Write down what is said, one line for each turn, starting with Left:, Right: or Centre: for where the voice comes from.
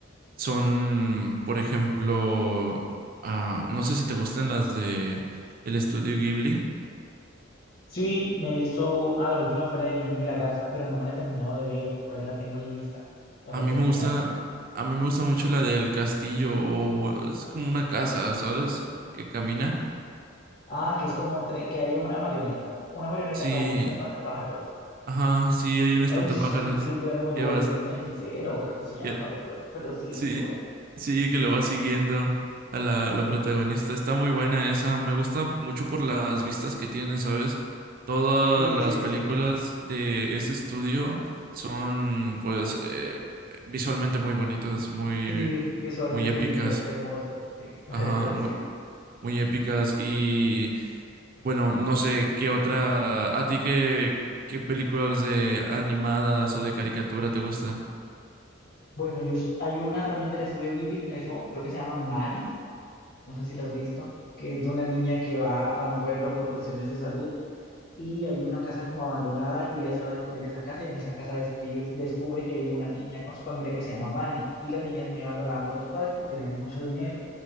Right: son, por ejemplo, ah, no sé si te gustan las de el estudio Ghibli.
Left: Sí, me he visto, ah, la última fue la del niño y la garza, pero no me la he terminado de ver, por ahí la tengo en lista para
Right: A mí
Left: terminármela.
Right: me gusta, a mí me gusta mucho la del castillo, o es como una casa, ¿sabes? Que camina.
Left: Ah, que es como un tren, que hay una marioneta, una marioneta,
Right: Sí,
Left: no, un espantapájaros.
Right: ajá, sí, hay un espantapájaros
Left: Ay, <laughs> la película es muy buena,
Right: que vas,
Left: es de un hechicero, creo que se llama,
Right: que-
Left: no recuerdo, pero sí
Right: sí,
Left: es muy buena.
Right: sí, que lo va siguiendo a la, la protagonista. Está muy buena esa, me gusta mucho por las vistas que tiene, ¿sabes? Todas
Left: Sí,
Right: las
Left: sí,
Right: películas
Left: sí.
Right: de ese estudio son, pues, eh, visualmente muy bonitas, muy,
Left: Sí, visualmente
Right: muy épicas.
Left: lindas, hermosas, sí, <laughs> la
Right: Ajá,
Left: verdad,
Right: muy.
Left: sí.
Right: muy épicas y bueno, no sé qué otra, a ti qué, qué películas de animadas o de caricatura te gustan.
Left: Bueno, yo, s- hay una también del estudio Ghibli que en ese mo- creo que se llama Manny, no sé si la has visto, que es de una niña que va a un pueblo por cuestiones de salud y hay una casa como abandonada y ella se va a descubrir esa casa y en esa casa describe, descubre que hay una niña con su familia que se llama Manny y la niña es muy abandonada por sus padres porque tienen mucho dinero